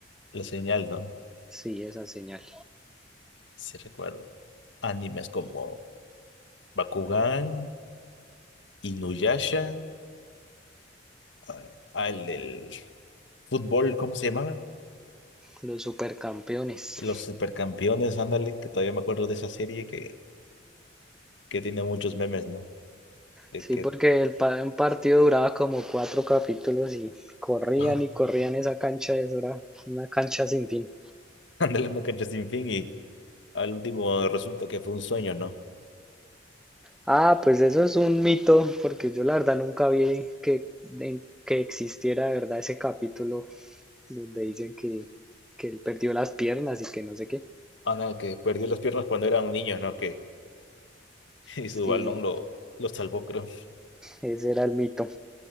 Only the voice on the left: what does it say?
la señal, ¿no?
Si recuerdo. Animes como Bakugan, Inuyasha, ah, ah, el del fútbol, ¿cómo se llamaba?
Los supercampeones, ándale, que todavía me acuerdo de esa serie que, que tiene muchos memes, ¿no? De
que,
<laughs>
ándale, una cancha sin fin y al último resulta que fue un sueño, ¿no?
Ándale, que perdió las piernas cuando era un niño, ¿no? Que, <laughs> y
su balón lo, lo salvó, creo.